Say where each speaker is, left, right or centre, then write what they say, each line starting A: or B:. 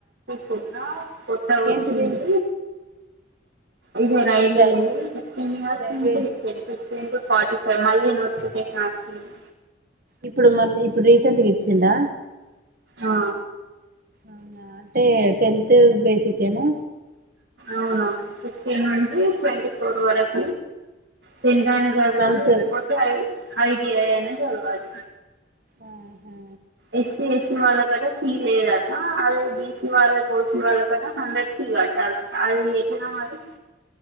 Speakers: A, on the right; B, on the right.
A: కున్న కొత్తగ వచ్చింది
B: ఏంటిది
A: ఇది రైల్వేది
B: రై
A: ఫిఫ్టీన్ ఇయర్స్
B: రైల్వే
A: నుంచే ఇచ్చిండు ఫార్టీ ఫైవ్ మళ్ళీ నోటిఫికేషన్ వచ్చింది
B: ఇప్పుడు మళ్ళ ఇప్పుడు రీసెంట్గా ఇచ్చిండా
A: ఆ
B: అవునా అంటే టెన్త్ బేసిక్ ఏనా
A: అవునా ఫిఫ్టీన్ నుండి ట్వంటి ఫోర్ వరకు టెన్త్ ఐన చదవాలి
B: టెన్త్
A: లేకపోతే ఐ ఐటిఐ అయినా చదవాలి
B: ఆహా
A: ఎస్సీ ఎస్టీ వాళ్లకట ఫీ లేదట అదే బీసీ వాళ్ళ కోసీ వాళ్ళ కట హండ్రెడ్ ఫీ కట్టాలట అది ఎట్నా మరి